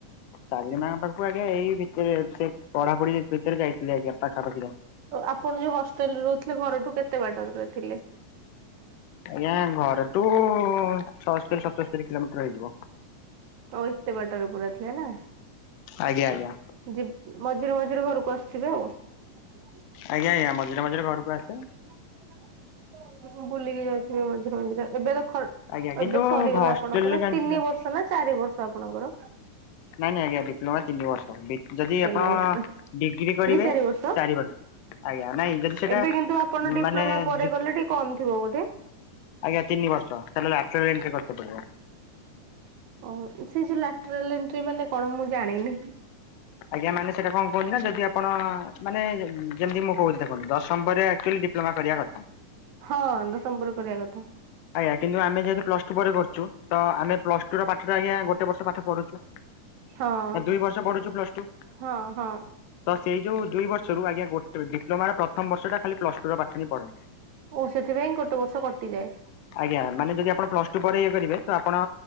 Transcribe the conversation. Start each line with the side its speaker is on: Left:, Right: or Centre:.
Left: ତାରିଣୀ ମା ଙ୍କ ପାଖକୁ ଆଜ୍ଞା ଏଇ ଭିତରେ ସେ ପଢାପଢି ଭିତରେ ଯାଇଥିଲେ ଆଜ୍ଞା ପାଖାପାଖି ତ।
Right: ଆପଣ ଯୋଉ ହଷ୍ଟେଲରେ ରହୁଥିଲେ ଘରଠୁ କେତେ ବାଟରେ ପ୍ରାୟ ଥିଲେ?
Left: ଆଜ୍ଞା ଘରଠୁ ଛଅସ୍ତରୀ ସତସ୍ତରୀ କିଲୋମିଟର ହେଇଯିବ।
Right: ତ ଏତେ ବାଟରେ ପୁରା ଥିଲେ ନା।
Left: ଆଜ୍ଞା ଆଜ୍ଞା।
Right: ଯିବ୍ ମଝିରେ ମଝିରେ ଘରକୁ ଆସୁ <unintelligible> ମୁଁ
Left: ଆଜ୍ଞା ଆଜ୍ଞା ମଝିରେ ମଝିରେ ଘରକୁ ଆସେ।
Right: ବୁଲିକି ଯାଉ ଏବେ ମଝିରେ ମଝିରେ ଏବେ ତ ଖ
Left: ଆଜ୍ଞା କିନ୍ତୁ
Right: ଏବେ ସରିଗଲା
Left: ହଷ୍ଟେଲ
Right: ତ ଆପଣଙ୍କର
Left: ରେ ଜାଣିଛ
Right: ତିନି ବର୍ଷ ର୍ଷ ନା ଚାରି ବର୍ଷ ଆପଣଙ୍କର?
Left: ନାଇଁ ନାଇଁ ଆଜ୍ଞା ଡିପ୍ଲୋମା ତିନି ବର୍ଷ। ଡି ଯଦି
Right: ତିନି
Left: ଆପଣ
Right: ବର୍ଷ
Left: ଡିଗ୍ରୀ କରିବେ
Right: ଚାରି ବର୍ଷ?
Left: ଚାରିବର୍ଷ। ଆଜ୍ଞା। ନାଇଁ ଯଦି ସେଟା
Right: ଏବେ କିନ୍ତୁ ଆପଣ ଡିପ୍ଲୋମା
Left: ମାନେ
Right: ପରେ
Left: ଯୁ
Right: ଗଲେ ଟିକେ କମ ଥିବ ବୋଧେ?
Left: ଆଜ୍ଞା ତିନିବର୍ଷ। ତାହେଲେ ଲାଟେରାଲ୍ ଏଣ୍ଟ୍ରି କରତେ ପଡିବ।
Right: ଓହୋ। ସେ ଯୋଉ ଲାଟେରାଲ୍ ଏଣ୍ଟ୍ରି ମାନେ କଣ ମୁଁ ଜାଣିନି।
Left: ଆଜ୍ଞା ମାନେ ସେଇଟା କଣ କୁହନ୍ତି ନା ଯଦି ଆପଣ ମାନେ ଯେମିତି ମୁଁ କହୁଚି ଦେଖନ୍ତୁ ଦଶମ ପରେ ଆକଚୁଆଲି ଡି ଡିପ୍ଲୋମା କରିବା କଥା।
Right: ହଁ ଦଶମ ପରେ କରିବା କଥା।
Left: ଆଜ୍ଞା। କିନ୍ତୁ ଆମେ ଯେହେତୁ ପ୍ଲସ ଟୁ ପରେ କରୁଚୁ ତ ଆମେ ପ୍ଲସ ଟୁ ର ପାଠଟା ଆଜ୍ଞା ଗୋଟେ ବର୍ଷ ପାଠ ପଢୁଚୁ।
Right: ହଁ
Left: ଆ ଦୁଇ ବର୍ଷ ପଢୁଚୁ ପ୍ଲସ ଟୁ।
Right: ହଁ ହଁ।
Left: ତ ସେଇ ଯୋଉ ଦୁଇ ବର୍ଷରୁ ଆଜ୍ଞା ଗଟେ ଡିପ୍ଲୋମାର ପ୍ରଥମ ବର୍ଷଟା ଖାଲି ପ୍ଲସ୍ ଟୁ ର ପାଠ ହିଁ ପଢନ୍ତି।
Right: ଓ ସେଥିପାଇଁ ଗୋଟେ ବର୍ଷ କଟିଯାଏ।
Left: ଆଜ୍ଞା। ମାନେ ଯଦି ଆପଣ ପ୍ଲସ ଟୁ ପରେ ଇଏ କରିବେ ତ ଆପଣ